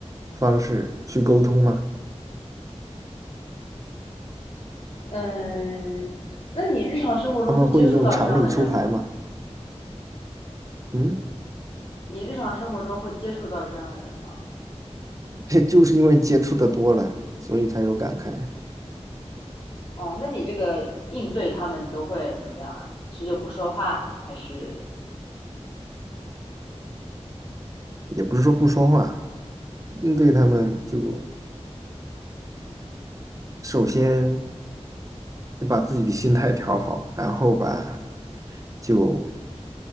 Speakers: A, on the right; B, on the left.
A: 方式去沟通吗？
B: 嗯，那你日常生活中会接触到这样的人吗？
A: 他们会用常理出牌吗？嗯，
B: 你日常生活中会接触到这样的人吗？
A: 这就是因为接触的多了，所以才有感慨。
B: 哦，那你这个应对他们，你都会怎么样啊？是就不说话，还是
A: 也不是说不说话，应对他们就首先把自己的心态调好，然后吧，就。